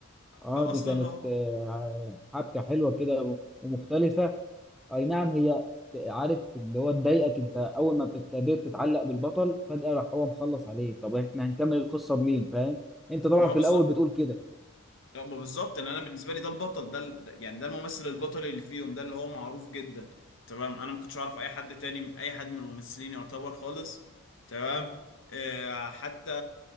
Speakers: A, in the centre; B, on the left.
A: اه
B: فأصلا
A: دي كانت
B: هو
A: آه، حبكه حلوه كده ومختلفه اي نعم هي عارف اللي هو تضايقك انت اول ما ابتديت تتعلق بالبطل فجاه راح هو مخلص عليه طب احنا هنكمل القصه بمين فاهم انت طبعا
B: ما هو
A: في
B: بالظبط
A: الاول بتقول كده
B: لا ما بالظبط ان انا بالنسبه لي ده البطل ده ال- ده- يعني ده الممثل البطل اللي فيهم ده اللي هو معروف جدا تمام انا ما كنتش اعرف اي حد تاني من اي حد من الممثلين يعتبر خالص تمام آه حتى